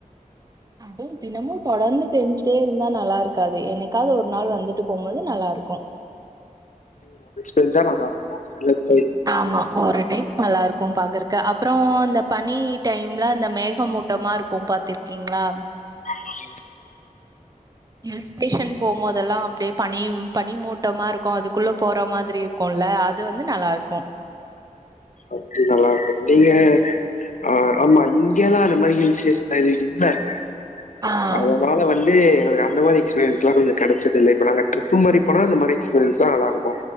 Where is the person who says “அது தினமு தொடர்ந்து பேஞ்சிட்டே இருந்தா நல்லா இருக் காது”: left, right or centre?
Right